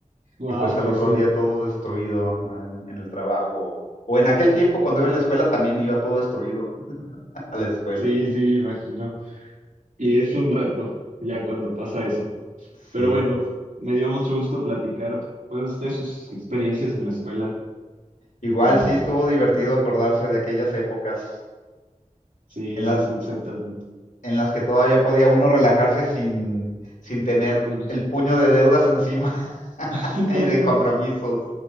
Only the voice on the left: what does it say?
Y pues al
otro
día todo destruido en, en el trabajo. O en aquel tiempo, cuando iba en la escuela, también iba todo destruido <laughs> a la escuela.
Sí,
igual
sí estuvo divertido acordarse de aquellas épocas
en
la-
en las que todavía podía uno relajarse sin, sin tener
el puño de deudas encima <laughs>
y de compromisos